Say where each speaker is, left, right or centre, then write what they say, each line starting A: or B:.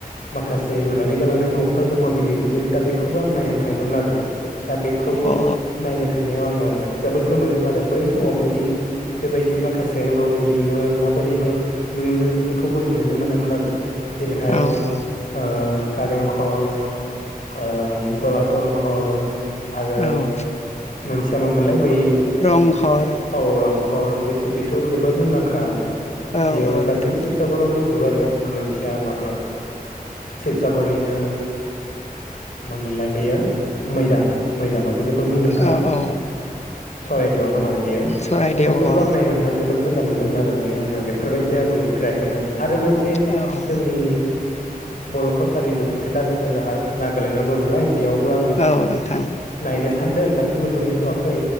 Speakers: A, on the left; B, on the left.
A: माखासे लुनानै गालांनाय न'फोर दङ' गिदिर गिदिर दा बेखौबो आं नायनो थांदोंमोन आरो। दा बेखौ
B: अ
A: नायनो थांनायाव आङो जोबोद गोमोदों आरो बै समावबोदि बेबायदि माखासे न' लुदैयोमोन माबोरैहाय लुयोमोन बेफोर खौ बुजिनोनो मोनामोन आरो। जेरैहाय
B: अ औ औ
A: ओ कारेंघर ओम थलाथल घर आरो
B: औ
A: मोनसेया मामोनलाय बै अ'
B: रंघर
A: रं घर बेस-बेथ' जोबोर मुंदांखा
B: औ
A: बियो
B: औ
A: गासिबो
B: नोंथां
A: शिबसागरआवनो दंजोबो आरो ओमफ्राय मोनसेया माबायाव शिबसागरनिनो मा मोनलाय बेयो मैदाम मैदामाबो जोबोर मुंदांखा
B: औ औ
A: चरायदेवआव दं आरो बेयो।
B: सरायदेव
A: दा बेफोरखौ
B: औ
A: आं नायनो मोन्नानै जो बोर मोजां मोनदोंमोन आरो माने आङो बेफोरबायदि जायगाखौ नुफेराखैमोन, आरो मोनसे
B: औ औ
A: जोंनि बर' कसारिनि बायखोन्दा नोगोरा नागालेण्डआव दं नालाय बेयावबो आङो
B: औ नोंथां
A: नायनो सान्दों दासिमबो नुहैथ'वाखै